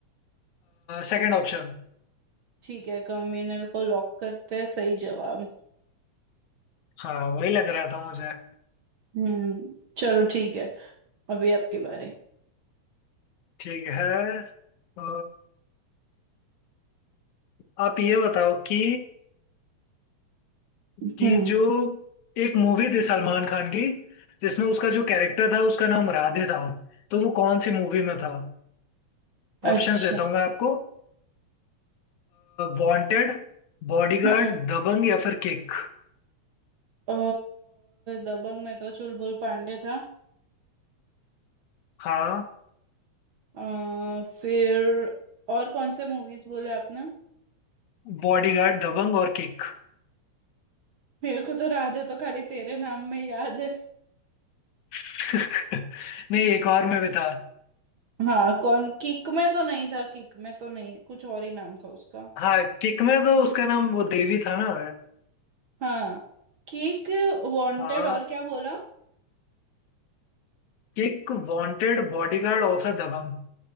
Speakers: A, on the left (about 80°); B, on the right (about 55°).
A: सेकंड ऑप्शन
B: ठीक है कन्वीनर को लॉक करते हैं सही जवाब
A: हाँ वही लग रहा था मुझे
B: हम्म चलो ठीक है अभी आपकी बारी
A: ठीक है अ, आप ये बताओ कि कि
B: हम्म
A: जो एक मूवी थी सलमान खान की जिसमें उसका जो कैरेक्टर था उसका नाम राधे था तो वो कौन सी मूवी में था ऑप्शंस
B: अच्छा
A: देता हूँ मैं आपको वांटेड बॉडीगार्ड
B: हम्म
A: दबंग या फिर किक
B: अ, दबंग में तो चुलबुल पांडे था
A: हाँ
B: अ, फिर और कौन से मूवीज बोले आपने
A: बॉडीगार्ड दबंग और किक
B: मेरे को तो राधे तो खाली तेरे नाम में याद है
A: <laughs> नहीं एक और में भी था
B: हाँ कौन किक में तो नहीं था किक में तो नहीं कुछ और ही नाम था उसका
A: हाँ किक में तो उसका नाम वो देवी था ना
B: हाँ किक वांटेड
A: हाँ
B: और क्या बोला
A: किक वांटेड बॉडीगार्ड और फिर दबंग